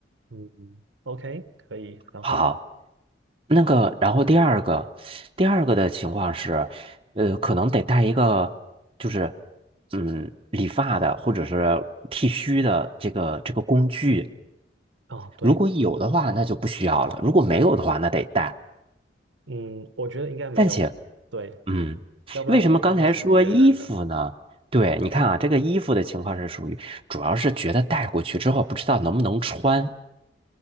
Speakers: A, on the right; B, on the right.
A: 嗯，OK，可以。然后呢？
B: 好，那个，然后第二个，第二个的情况是，呃，可能得带一个，就是嗯，理发的或者是剃须的这个这个工具。
A: 啊，对，
B: 如果有的话，那就不需要了；如果没有的话，那得带。
A: 嗯，我觉得应该没有，
B: 但且，
A: 对，
B: 嗯，
A: 要不然我们会变成野人的。
B: 为什么刚才说衣服呢？对，
A: 嗯。
B: 你看啊，这个衣服的情况是属于，主要是觉得带过去之后不知道能不能穿。